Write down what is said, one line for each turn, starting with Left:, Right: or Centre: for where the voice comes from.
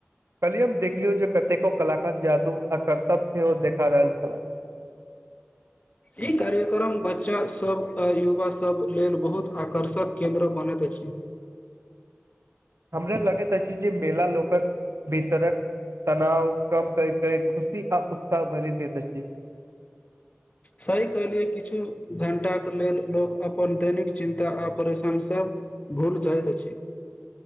Right: कहलियी हम देखलियौ जे कतेको कलाकार जादू आ कर्तव्य सेहो देखा रहल छलाह
Left: ई कार्यक्रम बच्चा सब आ युवा सब लेल बहुत आकर्षक केन्द्र बनैत अछि
Right: ह हमरा लगैत अछि जे मेला लोकक भीतरक तनाव कम कै कै खुशी आ उत्साह भरी दैत अछि
Left: सही कलिय किछु घंटाक लेल लोक अपन दैनिक चिन्ता आ परेशान सभ भूल जाएत अछि